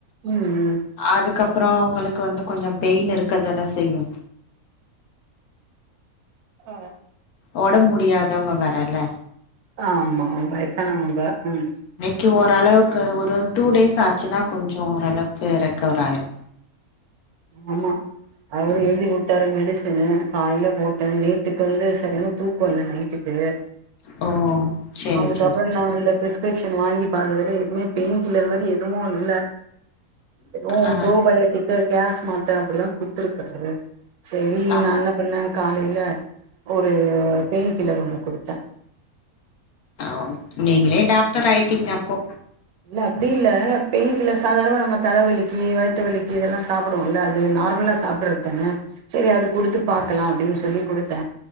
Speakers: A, on the right; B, on the left.
A: ம் ம்
B: அதுக்கப் அப்புறோ அவங்களுக்கு வந்து கொஞ்சோ பெயின் இருக்கதான செய்யு
A: ஆ
B: ஒடம்பு முடியாதவங்க வேற இல்ல
A: ஆமா வயசானவங்க ம்
B: கே ஓரளவுக்கு ஒரு டூ டேஸ் ஆச்சுன்னா கொஞ்சோ ஓரளவுக்கு ரெக்கவவர் ஆயிரு
A: ஆமா அவரு
B: ம்.
A: எழுதி குடுத்தாரு மெடிஸ் சேரி காயில போட்ட நேத்துக்கு வந்து சரியான தூக்கோ இல்ல நைட்டுக்கு
B: ஓ சேரி
A: அதுக்கப்புறோ
B: சேரி சேரி
A: நா வந்து பிரிஸ் கிரிப்சன் வாங்கி பாத்ததுல எமே பெயின் கில்லர் மாரி எ எதுவு இல் எதுவு
B: ஆ
A: ஃப்ரோபயோட்டிக்கு கேஸ் மாத்ர அப்டிதா குடுத்துருக்காரு சேரி
B: ஆ
A: நா என்ன பண்ண காலையில ஒரு பெயின் கில்லர் ஒண்ணு குடுத்த
B: ஓக் நீங்களே டாக்டர் ஆயிட்டீங்க அப் போ
A: இல்ல அப்டி இல்ல பெயின் கில்லர் சாதாரணமா நம்ம தலவலிக்கு வயத்த வலிக்கு இதெல்லா சாப்புடுவோல்ல அது நார்மலா சாப்புறதான சேரி அது குடுத்து பாக்கலா அப்டின் சொல்லி குடுத்த